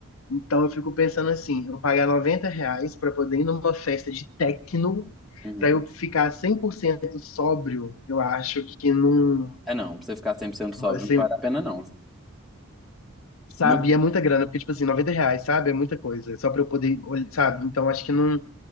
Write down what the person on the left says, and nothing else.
Então eu fico pensando assim, eu pagar 90 reais pra poder ir numa festa de techno,
pra eu ficar 100% sóbrio, eu acho que não.
Então
Vai ser,
sabe,
e é muita grana, porque, tipo assim, 90 reais, sabe? É muita coisa. Só pra eu poder, olh- sabe? Então acho que não,